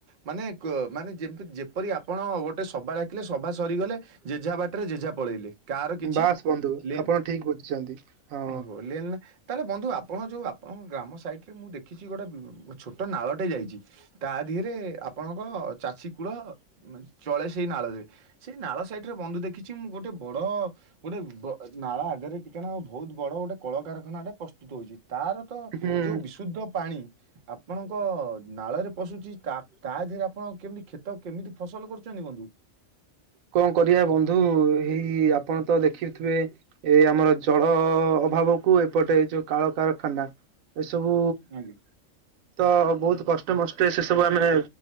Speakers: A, on the right; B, on the right.
A: ମାନେ କ ମାନେ ଯେମତି ଯେପରି ଆପଣ ଗୋଟେ ସଭା ଡାକିଲେ ସଭା ସରିଗଲେ ଯେଝା ବାଟରେ ଯେଝା ପଳେଇଲେ। କାର କିଛି
B: ବାସ୍ ବନ୍ଧୁ
A: ଲେନ୍
B: ଆପଣ ଠିକ ବୁଝିଛନ୍ତି ହଁ
A: ହୋ ଲେନ୍ ତାଲେ ବନ୍ଧୁ ଆପଣ ଯୋଉ ଆପଣଙ୍କ ଗ୍ରାମ ସାଇଟ୍ ରେ ମୁଁ ଦେଖିଚି ଗୋଟେ ଛୋଟ ନାଳଟେ ଯାଇଚି। ତା ଧିଅରେ ଆପଣଙ୍କ ଚାଷୀ କୂଳ ମା ଚଳେ ସେଇ ନାଳରେ। ସେଇ ନାଳ ସାଇଟ୍ ରେ ବନ୍ଧୁ ଦେଖିଚି ମୁଁ ଗୋଟେ ବଡ଼ ଗୋଟେ ବ ନାଳ ଆଗରେ ଟିକେ ନାଉ ଭୋଉତ ବଡ଼ ଗୋଟେ କଳକାରଖାନାଟେ ପ୍ରସ୍ତୁତ ହୋଉଚି ତାର ତ
B: ହୁଁ।
A: ଯୋଉ ବିଶୁଦ୍ଧ ପାଣି ଆପଣଙ୍କ ନାଳରେ ପଶୁଚି ତା ତା ଧେରେ ଆପଣ କେମିତି କ୍ଷେତ କେମିତି ଫସଲ କରୁଚନ୍ତି ବନ୍ଧୁ?
B: କଁ କରିବା ବନ୍ଧୁ ହେଇ ଆପଣ ତ ଦେଖିଥିବେ ଏ ଆମର ଜଳ ଅଭାବକୁ ଏପଟେ ଏଇ ଯୋଉ କାଳକାରଖାନା ଏସବୁ
A: ଆଜ୍ଞା
B: ତ ବହୁତ କଷ୍ଟ ମଷ୍ଟେ ସେ ସବୁ ଆମେ